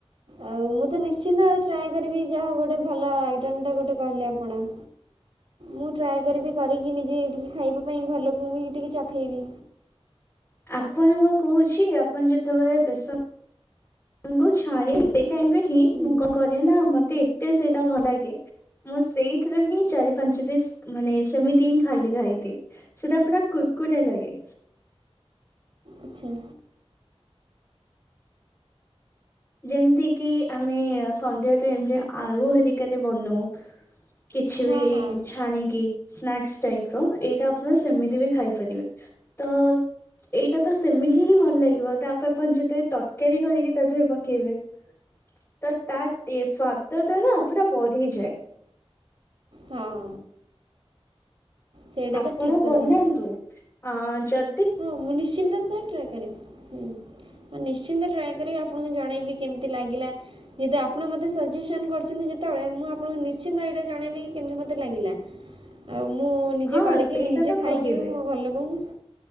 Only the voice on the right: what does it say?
ଆଉ ମୁଁ ତ ନିଶ୍ଚିନ୍ତ ଟ୍ରାଏ କରିବି ଯାହା ହୋଉ ଗୋଟେ ଭଲ ଆଇଟମ୍ ଟା ଗୋଟେ କହିଲେ ଆପଣ।
ମୁଁ ଟ୍ରାଏ କରିବି କରିକି ନିଜେ ଟିକେ ଖାଇବା ପାଇଁ, ଘର ଲୋକଙ୍କୁ ବି ଟିକେ ଚଖେଇବି।
ହୁଁ
ଆଚ୍ଛା।
ହଁ ହଁ
ହଁ। ସେଇଟା
ତ ଠିକ୍ କଥା
ହଁ ମୁଁ ନିଶ୍ଚିନ୍ତ ତ ଟ୍ରାଏ କରିବି। ହୁଁ ମୁଁ ନିଶ୍ଚିନ୍ତ ଟ୍ରାଏ କରିବି, ଆପଣଙ୍କୁ ଜଣେଇବି କେମିତି ଲାଗିଲା। ଯେହେତୁ ଆପଣ ମୋତେ ସଜେସନ୍ କରିଛନ୍ତି ଯେତେବେଳେ ମୁଁ ଆପଣଙ୍କୁ ନିଶ୍ଚିନ୍ତ ଏଇଟା ଜଣେଇବି କି କେମିତି ମୋତେ ଲାଗିଲା। ଆଉ ମୁଁ ନିଜେ
କରିକି
ନିଜେ
ଖାଇକି
ବି ମୋ ଘର ଲୋକଙ୍କୁ